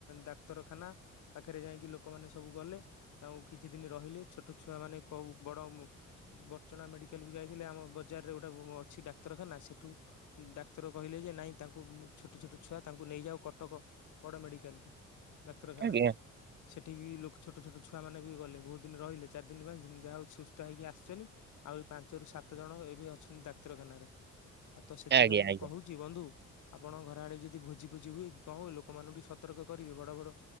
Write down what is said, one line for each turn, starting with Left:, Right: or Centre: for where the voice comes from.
Left: ଡାକ୍ତରଖାନା ପାଖରେ ଯାଇକି ଲୋକମାନେ ସବୁ ଗଲେ। ତାଙ୍କୁ କିଛି ଦିନ ରହିଲେ ଛୋଟ ଛୁଆ ମାନେ କୋଉ ବଡ ବର୍ଚଣା ମେଡିକାଲକୁ ଯାଇ ଥିଲେ ଆମ ବଜାରରେ ଗୋଟେ ଅଛି ଡାକ୍ତରଖାନା ସେଠୁ ଡାକ୍ତର କହିଲେ ଯେ ନାଇଁ ତାଙ୍କୁ ଛୋଟ ଛୋଟ ଛୁଆ ତାଙ୍କୁ ନେଇଯାଉ କଟକ। ବଡ ମେଡିକାଲ କୁ ଡାକ୍ତରଖାନା।
Right: ଆଜ୍ଞା
Left: ସେଠି ବି ଲୋକ ଛୋଟ ଛୋଟ ଛୁଆମାନେ ବି ଗଲେ ବହୁତ ଦିନ ରହିଲେ ଚାରି ଦିନ ପାଞ୍ଚ ଦିନ ଯାହା ହଉ ସୁସ୍ଥ ହେଇକି ଆସିଛନ୍ତି। ଆଉ ଏ ପାଞ୍ଚରୁ ସାତ ଜଣ ଏବେ ଅଛନ୍ତି ଡାକ୍ତରଖାନାରେ। ଆଉ ତ ସେଥିପାଇଁ
Right: ଆଜ୍ଞା
Left: ମୁଁ
Right: ଆଜ୍ଞା
Left: କହୁଛି ବନ୍ଧୁ ଆପଣ ଘର ଆଡେ ଯଦି ଭୋଜି ଭୋଜି ହୁଏ କି କଣ ଲୋକ ମାନଙ୍କୁ ଟିକେ ସତର୍କ କରିବେ। ବଡ ବଡ